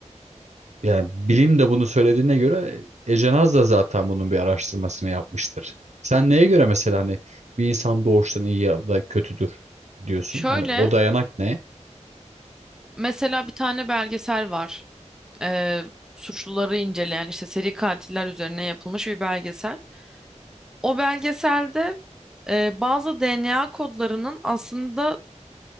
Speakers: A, on the right; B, in the centre.
A: Yani bilim de bunu söylediğine göre Ece Naz da zaten bunun bir araştırmasını yapmıştır. Sen neye göre mesela hani bir insan doğuştan iyi ya da kötüdür diyorsun?
B: Şöyle
A: Hani o dayanak ne?
B: mesela bir tane belgesel var. Ee, suçluları inceleyen işte seri katiller üzerine yapılmış bir belgesel. O belgeselde e, bazı DNA kodlarının aslında